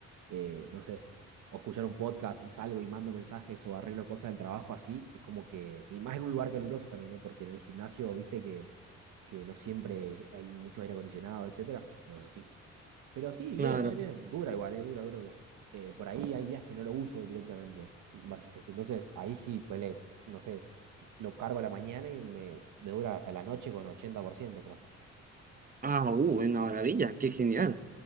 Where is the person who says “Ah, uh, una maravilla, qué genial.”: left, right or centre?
Right